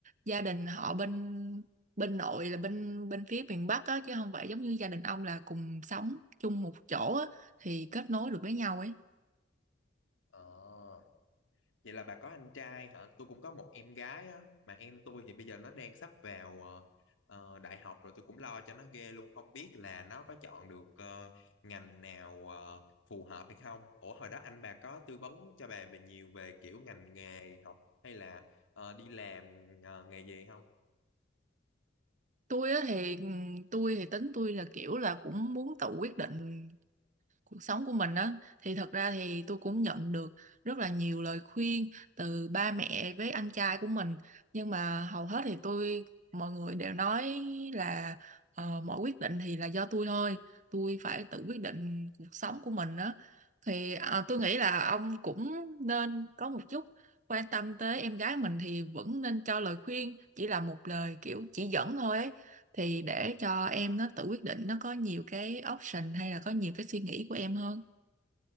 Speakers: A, on the right (about 40°); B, on the left (about 75°).
A: gia đình họ bên bên nội là bên bên phía miền Bắc á, chứ không phải giống như gia đình ông là cùng sống chung một chỗ á. Thì kết nối được với nhau ấy.
B: ờ, vậy là bà có anh trai hả? tôi cũng có một em gái á, mà em tôi thì bây giờ nó đang sắp vào, ờ, ờ, đại học rồi, tôi cũng lo cho nó ghê luôn, không biết là nó có chọn được, ờ, ngành nào, ờ, phù hợp hay không? Ủa, hồi đó anh bà có tư vấn cho bà về nhiều về, kiểu, ngành nghề học hay là, ờ, đi làm, ờ, nghề gì không?
A: Tôi á thì, ừ, tôi thì tính tôi là, kiểu là, cũng muốn tự quyết định cuộc sống của mình á, thì thật ra thì tôi cũng nhận được rất là nhiều lời khuyên từ ba mẹ với anh trai của mình, nhưng mà hầu hết thì tôi mọi người đều nói là, ờ, mọi quyết định thì là do tôi thôi, Tôi phải tự quyết định cuộc sống của mình á. Thì, ờ, tui nghĩ là ông cũng nên có một chút quan tâm tới em gái mình thì vẫn nên cho lời khuyên, chỉ là một lời, kiểu, chỉ dẫn thôi ấy, thì để cho em nó tự quyết định, nó có nhiều cái option hay là có nhiều cái suy nghĩ của em hơn.